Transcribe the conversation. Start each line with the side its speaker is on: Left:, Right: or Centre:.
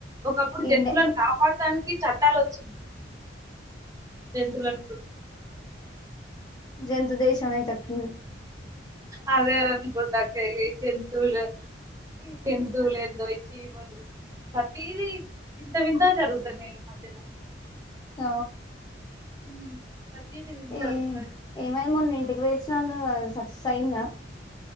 Right: ఒకప్పుడు జంతువులను
Left: ఇండే
Right: కాపాడటానికి చట్టాలు వచ్చింది జంతువులను
Left: జనత దేశమయి తట్
Right: అదే అనుకు జంతువులు ఈ జంతువులు ఏందో చీమలు ప్రతీద వింత వింత జరుగుతున్నాయి ఈ మధ్యలో
Left: స
Right: ఉమ్ ప్రతిదీ వింత
Left: ఏ
Right: వింత
Left: ఏమై మొన్న ఇంటికి వేచినన్నావు స సైన్